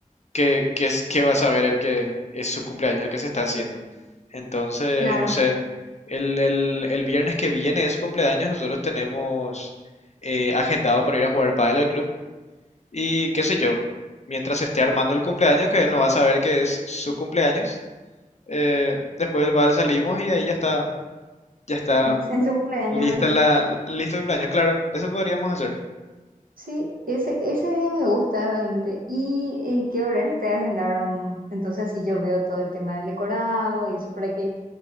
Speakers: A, on the left; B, on the right.
A: que, que es que va a saber el que es su cumpleaños el que se está haciendo. Entonces,
B: Claro,
A: no sé, el, el, el viernes que viene de su cumpleaños nosotros tenemos eh, agendado para ir a jugar pádel al club, y qué sé yo, mientras esté armando el cumpleaños, que él no va a saber que es su cumpleaños, eh, después del bal salimos y ahí ya está, ya está
B: en su cumpleaños,
A: lista
B: ¿verdad?
A: la, listo el cumpleaños, claro, eso podríamos hacer,
B: Sí, ese, ese día me gusta realmente. ¿Y en qué horario te agendaron? Entonces, así yo veo todo el tema del decorado y eso para que